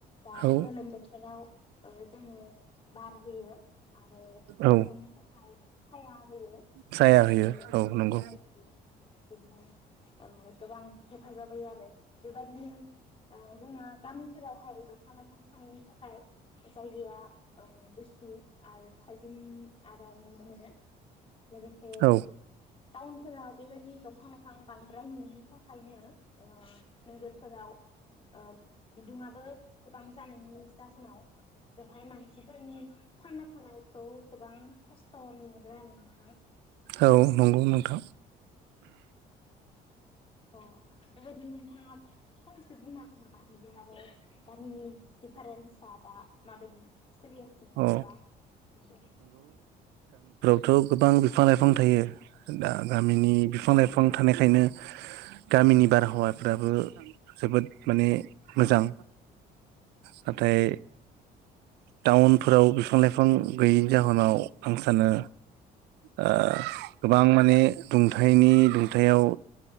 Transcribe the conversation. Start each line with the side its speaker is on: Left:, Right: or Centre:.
Left: दा
Right: औ
Left: गोलोम बोथोराव ओ जोंनो बार होयो आरो देनांनि
Right: औ
Left: थाखा खाय साया होयो ओ
Right: साया होयो औ नंगौ
Left: बिदिनो ओ गोबां हेफाजाब होयो आरो बेबादिनो औ जोंना गामि फोरावहाय दंफां लाइफां थानायनि थाखाय जायगाया ओ गुसु आरो थाजिम आरो नुनो मोनो लोगोसे
Right: औ
Left: टाउनफोराव बेबायदि दंफां लाइफां बांद्राय नुयि थाखायनो ओ नोगोरफोराव ओ बिदुङाबो गोबां जानायनि जाहोनाव बेवहाय मानसिफोरनि <inaudible> थांना थानायखौ गोबां खस्थ'नो मोनो आरो नोंथां।
Right: औ नंगौ नोंथां
Left: अ बेबायदि नोंथाङा एसे बुंना हानो नामा नोंथाङाबो गामिनि दिफारेन्ट सा दा माबायदि सोलिगासिनो
Right: अ
Left: जेनेबा नुदों
Right: थ' गोबां बिफां लाइफां थायो दा गामिनि बिफां लाइफां थानायखायनो गामिनि बारहावाफ्राबो जोबोद माने मोजां नाथाय टाउनफोराव बिफां लाइफां गैयैनि जाहोनाव आं सानो ओ गोबां माने दुंथायनि दुंथायाव